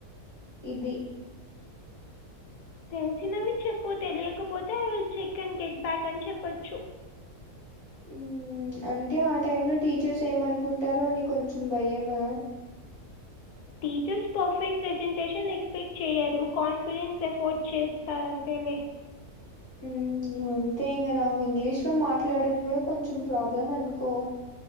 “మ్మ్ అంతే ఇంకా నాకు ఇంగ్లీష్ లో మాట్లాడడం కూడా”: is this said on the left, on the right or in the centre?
Right